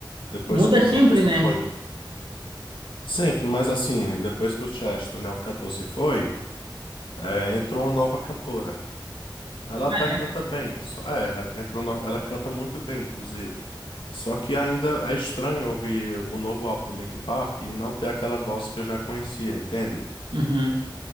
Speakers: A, on the left; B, on the right.
A: Depois
B: Muda
A: que o
B: sempre,
A: cantor se
B: né?
A: foi. Sempre, mas assim, depois que o Chester, né, o cantor se foi, é, entrou uma nova cantora. Ela
B: Ah,
A: até canta bem, só, é, ela entrou no- ela canta muito bem, inclusive. Só que ainda é estranho ouvir o novo álbum do Linkin Park e não ter aquela voz que eu já conhecia, entende?
B: é? Uhum.